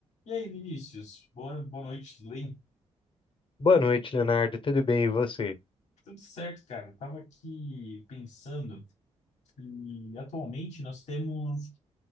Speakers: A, on the left (about 85°); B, on the left (about 50°).
A: E aí, Vinícius? Boa, boa noite, tudo bem?
B: Boa noite, Leonardo. Tudo bem, e você?
A: Tudo certo, cara. Eu tava aqui pensando que atualmente nós temos